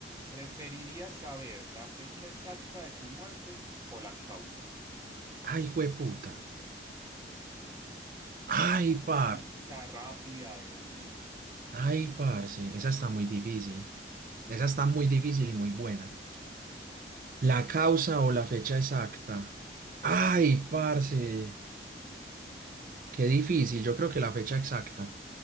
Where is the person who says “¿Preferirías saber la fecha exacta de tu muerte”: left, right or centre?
Right